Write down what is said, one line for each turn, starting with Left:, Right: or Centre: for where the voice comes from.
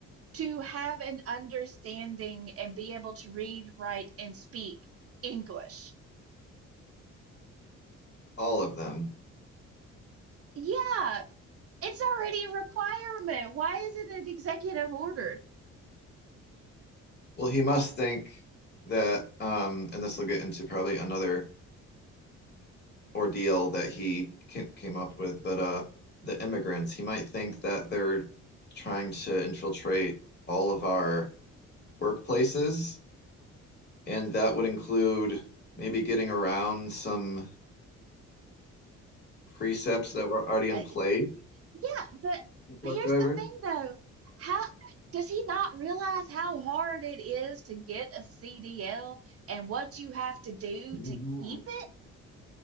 Right: to have an understanding and be able to read, write, and speak English.
Left: all of them.
Right: Yeah, it's already a requirement. Why is it an executive order?
Left: Well, he must think that, um, and this will get into probably another ordeal that he came up with, but uh, the immigrants, he might think that they're trying to infiltrate all of our workplaces, and that would include maybe getting around some precepts that were already
Right: Uh,
Left: in place.
Right: yeah, but
Left: for Truck
Right: here's
Left: driver.
Right: the thing though. How does he not realize how hard it is to get a CDL and what you have to do
Left: Mhm.
Right: to keep it?